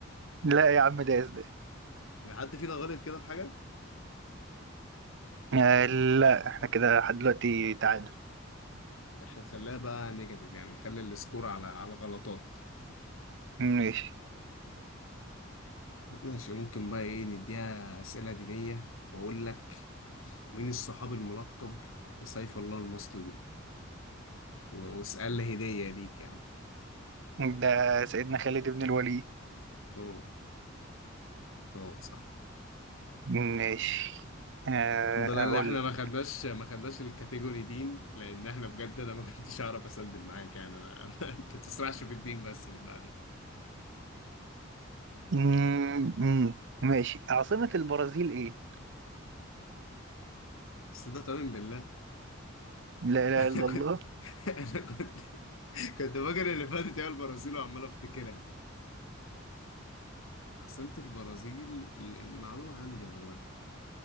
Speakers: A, on the right; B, on the left.
A: لا يا عم دايس دايس
B: <laughs> لو حد فينا غلط كده في حاجه
A: آه لا احنا كده لحد دلوقتي تعادل
B: احنا خليها بقى نيجاتيف يعني نخلي السكور على على غلطات
A: ماشي
B: ماشي ممكن بقى ايه نديها اسئله دينيه واقول لك مين الصحابي الملقب بسيف الله المسلول و- واسال لي هديه ليك يا عم
A: ده سيدنا خالد بن الوليد
B: هو هو صح
A: ماشي آه
B: الحمد لله اللي
A: اقول
B: احنا
A: لك
B: ما خدناش ما خدناش الكاتيجوري دين لان احنا بجد انا ما كنتش اعرف اسندل معاك يعني انا <laughs> انت تسرحش في الدين بس بالله عليك
A: مم، مم. ماشي عاصمة البرازيل ايه؟
B: بس ده طمن بالله <laughs>
A: لا اله
B: انا
A: الا
B: كنت
A: الله
B: <laughs> انا كنت كنت فاكر اللي فاتت هي البرازيل وعمال افتكرها عاصمة البرازيل ال- المعلومة عندي والله